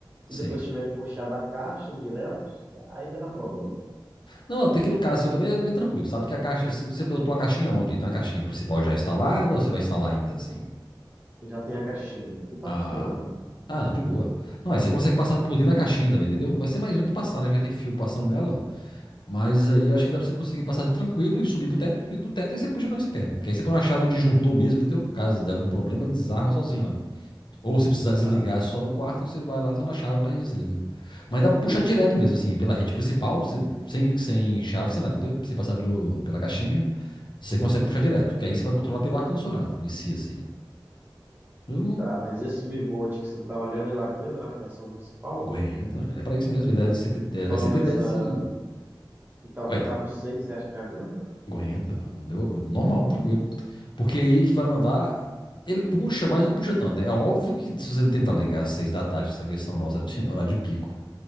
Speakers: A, on the left; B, on the right.
A: sim.
B: e depois tiver que puxar da caixa direto, aí vai dar problema.
A: Não, até que no caso seu também é bem tranquilo, sabe? Porque a caixa, se- você botou a caixinha onde? Tem a caixinha principal já instalada ou você vai instalar ainda, assim?
B: Já tem a caixinha que tá
A: Ah,
B: funcionando.
A: ah, não, de boa. Não, aí você consegue passar por dentro da caixinha também, entendeu? Vai ser mais um pra passar, né? Que já tem fio passando nela. Mas aí acho que dá pra você conseguir passar de tranquilo e subir pro teto. E do teto aí você puxa pra onde você quer. Que aí você põe uma chave, um disjuntor mesmo, entendeu? Caso de algum problema,
B: Uhum,
A: ele desarma sozinho lá. Ou se precisar
B: exato.
A: desligar só no quarto, você vai lá só na chave lá e desliga. Mas dá pra puxar
B: E o...
A: direto mesmo, assim, pela rede principal, você- sem, sem chave, sei lá, entendeu? Sem passar pelo, pela caixinha, você consegue puxar direto. Que aí você vai controlar pelo ar-condicionado em si, assim. Não não
B: Tá, mas esse bivolt que você tá olhando, ele aguenta na fiação principal?
A: aguenta, ele é pra isso mesmo. Ele é, cento, e-
B: Tô
A: ele
B: falando
A: é 110
B: nessa.
A: e. dez e...
B: Então,
A: Aguenta,
B: cabo seis. você acha que aguenta?
A: aguenta. O meu aguenta. Normal, tranquilo. Porque aí que vai mandar. Ele puxa, mas não puxa tanto, né? É óbvio que se você tentar ligar às seis da tarde, essa questão nossa de <laughs> horário de pico.